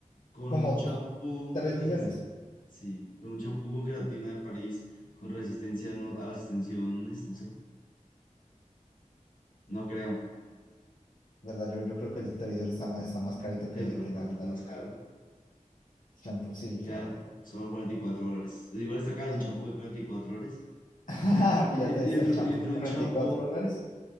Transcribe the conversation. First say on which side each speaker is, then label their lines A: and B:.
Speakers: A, on the left; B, on the left.
A: con
B: como
A: un champú
B: do- 3
A: de resist
B: millones.
A: sí, con un champú con queratina de París, con resistencia no- a las extensiones, no sé. No creo,
B: ¿Verdad? Yo, yo creo que el televisor está más, está más carito
A: ¿cierto?
B: que, que
A: Bastante
B: la creatina.
A: más caro.
B: Champú, sí, claro.
A: Claro, solo 44 dólares. Igual está caro un
B: Champú.
A: champú de 44 dólares.
B: <laughs> Fíjate,
A: Y,
B: está
A: y, entre,
B: el champú
A: y entre
B: de 44
A: un champú
B: dólares